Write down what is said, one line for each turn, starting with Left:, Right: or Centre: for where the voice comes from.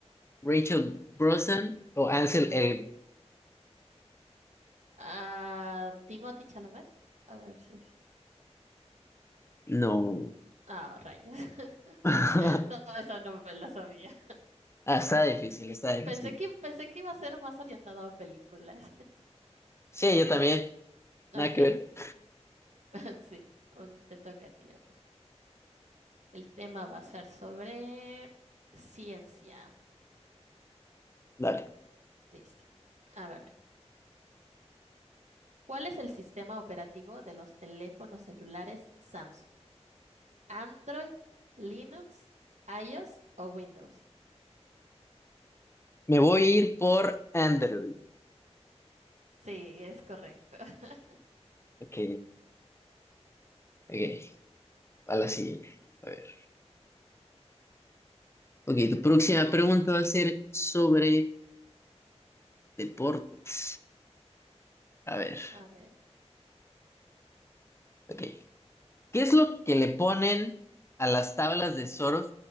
Left: Rachel Brosnan o Ansel Elgort?
Right: ah, Timothy Chalamet. A ver si es eso.
Left: No.
Right: Ah, rayos. <laughs>
Left: <laughs>
Right: No, eso no me la sabía.
Left: Ah, está difícil, está difícil.
Right: Pensé que, pensé que iba a ser más orientado a películas. <laughs>
Left: Sí, yo también.
Right: Ok,
Left: Nada que ver.
Right: <laughs> sí, un- te toca, tío. El tema va a ser sobre ciencia.
Left: Dale.
Right: Listo. A ver, ¿cuál es el sistema operativo de los teléfonos celulares Samsung? ¿Android, Linux, iOS o Windows?
Left: Me voy a ir por Android.
Right: Sí, es correcto. <laughs>
Left: Ok, ok. A la siguiente. A ver. Ok, tu próxima pregunta va a ser sobre deportes. A ver.
Right: A ver,
Left: Ok. ¿Qué es lo que le ponen a las tablas de surf